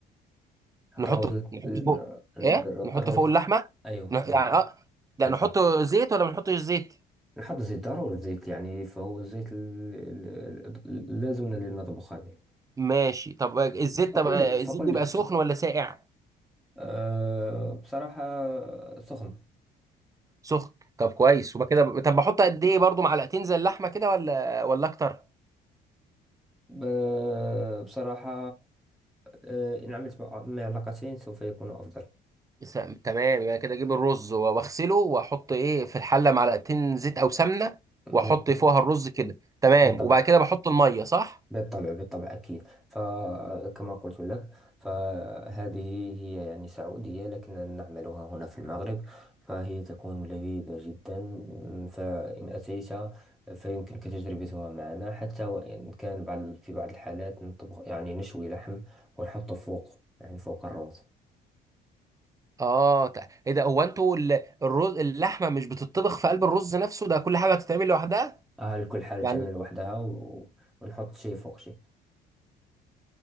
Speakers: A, in the centre; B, on the right.
A: نحط
B: نحط
A: الروز ال-
B: نحط فوق
A: ال-
B: ايه نحط
A: الروز
B: فوق اللحمه
A: أيوه
B: نح...
A: بالطبع
B: يعني اه لا
A: بالطبع
B: نحط زيت ولا ما نحطش زيت
A: نحط زيت ضروري الزيت يعني فهو الزيت ال- ال- ال- اللازم للمطبخ به
B: ماشي طب الزيت
A: فقل
B: طب الزيت
A: لي فقل
B: بيبقى
A: لي
B: سخن
A: فق...
B: ولا ساقع
A: آه، بصراحة سخن
B: سخن طب كويس وبقى كده طب بحط قد ايه برضو معلقتين زي اللحمه كده ولا ولا اكتر
A: ب- بصراحة آه، إن عملت مع مع علاقتين سوف يكون أفضل
B: س- تمام يعني كده اجيب الرز و- واغسله واحط ايه في الحله معلقتين زيت او سمنه واحط
A: بالطبع
B: فوقها الرز كده تمام
A: بالطبع
B: وبعد كده بحط الميه صح
A: بالطبع بالطبع أكيد فكما قلت لك فهذه هي يعني سعودية لكننا نعملها هنا في المغرب فهي تكون لذيذة جدا فإن أتيت فيمكنك تجربتها معنا حتى وإن كان بعض في بعض الحالات نطبخ يعني نشوي لحم ونحطه فوق يعني فوق الرز
B: اه تع- ايه ده هو انتوا ال- الرز اللحمه مش بتطبخ في قلب الرز نفسه ده كل حاجه هتتعمل لوحدها
A: اه الكل حاجة
B: يعني
A: تعمل لوحدها و... ونحط شي فوق شي